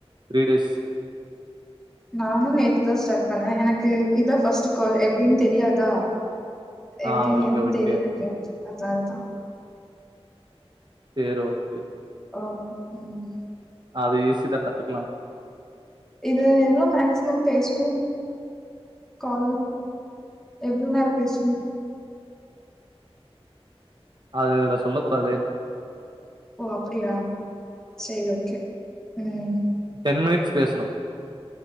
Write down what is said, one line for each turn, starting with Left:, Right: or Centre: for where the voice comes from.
Right: த்ரீ டேஸ்
Centre: நானும் நேத்துதான் ஸ்டார்ட் பண்ணேன் எனக்கு இதான் ஃபஸ்டு கால் எப்படின்னு தெரியாதா எப்படின்னு
Right: ஆ ஓகே
Centre: எதும்
Right: ஓகே
Centre: தெரியாது அதனாலதான்
Right: செரி ஓகே
Centre: ஆ ம்
Right: அது ஈஸிதான் கத்துக்கலாம்
Centre: இது எவ்வளவு மேசிமம் பேசுணும் கால்ல எவ்வளவு நேரம் பேசுணும்
Right: அது இதுல சொல்ல கூடாதே
Centre: ஓ அப்படியா செரி ஓகே ம்
Right: டென் மினிட்ஸ் பேசுனும்